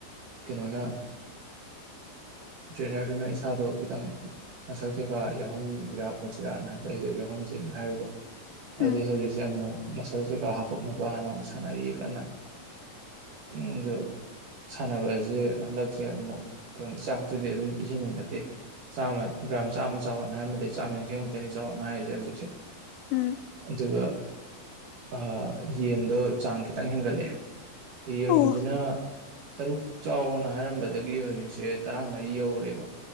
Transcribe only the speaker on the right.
ꯀꯩꯅꯣꯅ ꯇ꯭ꯔꯦꯅꯔꯗꯨꯅ ꯏꯁꯥꯗꯣ ꯈꯤꯇꯪ ꯃꯁꯜ ꯀꯩꯀꯥ ꯌꯥꯎꯍꯟꯁꯤꯔꯥ ꯈꯣꯠꯁꯤꯔꯥꯅ ꯍꯥꯏꯕꯗ ꯑꯩꯗꯣ ꯌꯥꯎꯍꯟꯁꯦꯅ ꯍꯥꯏꯍꯟꯖꯦꯅ ꯍꯥꯢꯕꯀꯣ ꯑꯗꯨꯗꯨꯢ
ꯍꯧꯖꯤꯛꯁꯦ ꯑꯃꯨꯛ ꯃꯁꯜ ꯀꯩꯀꯥ ꯍꯥꯄꯛꯅꯕ ꯍꯥꯏꯅ ꯑꯃꯨꯛ ꯁꯥꯟꯅꯔꯤꯌꯦ ꯀꯟꯅ ꯎꯝ ꯖ ꯁꯥꯟꯅꯕꯁꯦ ꯍꯟꯗꯛꯁꯦ ꯑꯃꯨꯛ ꯆꯥꯛꯇꯨꯗꯤ ꯑꯗꯨꯝ ꯏꯍꯦꯟ ꯍꯦꯟꯒꯠꯇꯦ ꯆꯥꯝꯃ ꯒ꯭ꯔꯥꯝ ꯆꯥꯝꯃ ꯆꯥꯎꯑꯣꯅ ꯍꯥꯏꯔꯝꯕꯗꯩ ꯆꯥꯝꯃ ꯌꯥꯡꯈꯩꯃꯨꯛꯛꯇꯅꯤ ꯆꯥꯎꯑꯣꯅ ꯍꯥꯏꯔꯤꯁꯦ ꯍꯧꯖꯤꯛꯁꯦ
ꯑꯗꯨꯒ ꯑ ꯌꯦꯟꯗꯣ ꯆꯥꯡ ꯈꯤꯇꯪ ꯍꯦꯟꯒꯠꯂꯦ ꯌꯦꯔꯨꯝꯁꯤꯅ
ꯇꯔꯨꯛ ꯆꯥꯎꯑꯣꯅ ꯍꯥꯏꯔꯝꯕꯗꯒꯤ ꯍꯧꯖꯤꯛꯁꯦ ꯇꯔꯥꯃꯔꯤ ꯌꯧꯔꯦꯕ